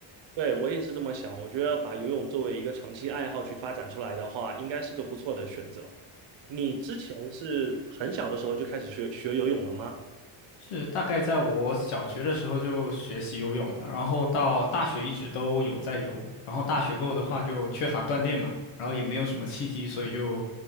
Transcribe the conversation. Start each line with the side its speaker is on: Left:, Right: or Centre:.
Right: 对，我也是这么想。我觉得把游泳作为一个长期爱好去发展出来的话，应该是个不错的选择。你之前是很小的时候就开始学学游泳了吗？
Left: 是大概在我小学的时候就学习游泳了，然后到大学一直都有在游，然后大学过后的话就缺乏锻炼嘛，然后也没有什么契机，所以就